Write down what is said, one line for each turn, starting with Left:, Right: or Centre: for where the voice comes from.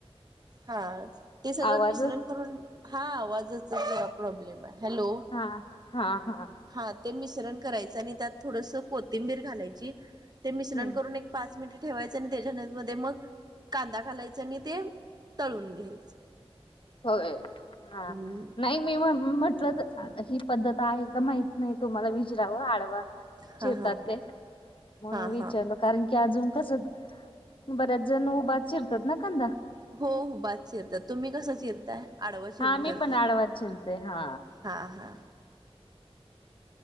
Right: हा ते सगळं
Left: आवाज
Right: मिश्रण करून हा आवाजाच जरा प्रॉब्लेम आहे हॅलो
Left: हा हा हा.
Right: हा ते मिश्रण करायचं आणि त्यात थोडस कोथिंबीर घालायची ते मिश्रण
Left: हम्म
Right: करून एक पाच मिनिटं ठेवायचं आणि त्याच्यान मध्ये मग कांदा घालायचा आणि ते तळून घ्यायचं.
Left: होय हा
Right: हम्म
Left: नाही. मी म्हटलं ही पद्धत आहे का माहित नाही तुम्हाला विचरावं आडवा चिरतात
Right: हा हा
Left: ते म्हणून
Right: हा
Left: विचारला.
Right: हा
Left: कारण की अजून कसं बऱ्याच जण उभा चिरतात ना कंदा
Right: हो हो उभा च चिरता तुम्ही कसा चिरताय आडावा चिरून
Left: हा मी
Right: करताय.
Left: पण आडवाच झुलते हा
Right: हां हां.